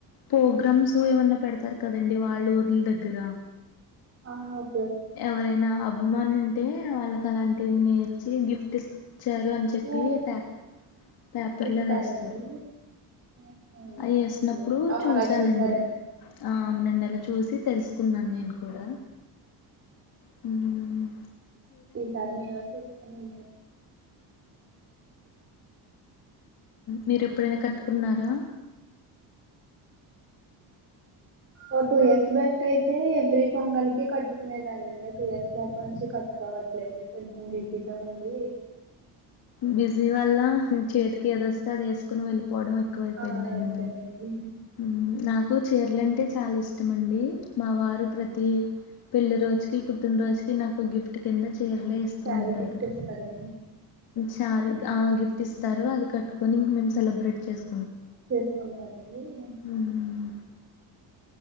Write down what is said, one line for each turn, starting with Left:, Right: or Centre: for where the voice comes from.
Left: ప్రోగ్రామ్స్ ఏమన్నా పెడతారు కదండి వాళ్ళ ఊర్ళ దగ్గర
Right: ఆఓ
Left: ఎవరైనా అభిమానులు ఉంటే వాళ్ళకి అలాంటివి నేర్చి గిఫ్ట్ వచ్చారు అని చెప్పి
Right: ఓ
Left: పే పేపర్లో
Right: ఇస్తారండి
Left: వేస్తారు
Right: ఓకే
Left: అవి
Right: ఓకే.
Left: వేసినప్పుడు
Right: అవ్
Left: చూసానండి
Right: అలా చూసారండి
Left: అవునండి అలా చూసి తెలుసుకున్నాను నేను కూడా హ్మ్మ్
Right: ఈసారి మీరు వచ్చే ఇష్టముంద
Left: మీరు ఎప్పుడైనా కట్టుకున్నారా
Right: ఓ టూ ఇయర్స్ బ్యాక్ అయితే ఎవ్రీ పొంగలికి కట్టుకునేదాన్నిడి టూ ఇయర్స్ బ్యాక్ నుంచి కట్టుకోవట్లేదు కొంచెం బిజిగా ఉంది
Left: బిజీ వల్ల చేతికి ఏదొ వస్తే అది వేసుకోని వెళ్ళిపో పోడం ఎకు అయిపోందండి
Right: ఆ అంతేనండి
Left: మనకి మ్మ్ నాకు చీరలంటే చాలా ఇష్ టమండి మా వా రు ప్రతి పెళ్లి రోజుకి పుట్టినరోజుకి నాకు గిఫ్ట్ కింద చీరలే ఇస్తూ
Right: శారీ
Left: ఉంటారు
Right: గిఫ్ట్ ఇస్తారండి
Left: చారీ ఆ గిఫ్ట్ ఇస్తారు అది కట్టుకొని ఇంగ మేం. సెలబ్రేట్ చేసు
Right: చేసుకుంటారండి మ్మ్
Left: హ్మ్